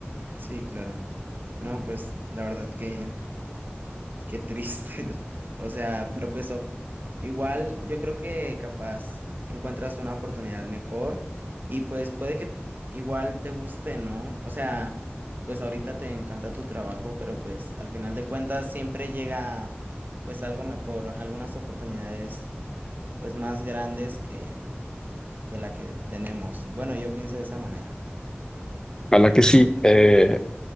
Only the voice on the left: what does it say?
Para que sí, eh,